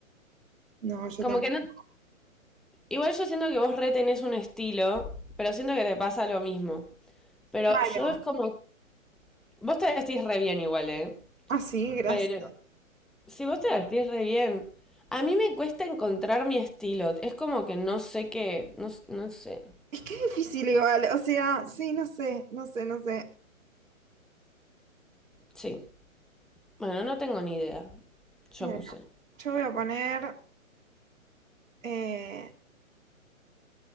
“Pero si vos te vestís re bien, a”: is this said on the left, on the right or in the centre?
Centre